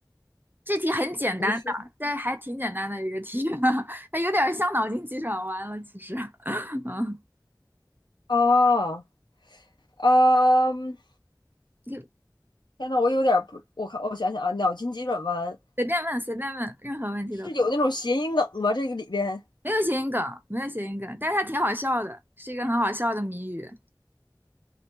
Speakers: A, on the right (about 25°); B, on the left (about 80°).
A: 这题很简单的，
B: 不是
A: 但还挺简单的一个题，<laughs> 它有点像脑筋急转弯了，其实，<laughs> 嗯，
B: 啊，嗯，
A: 就
B: 天呐，我有点不，我看我想想啊，脑筋急转弯
A: 随便问随便问，任何问题都可以，
B: 是有那种谐音梗吗？这个里边
A: 没有谐音梗，没有谐音梗，但是它挺好笑的，是一个很好笑的谜语。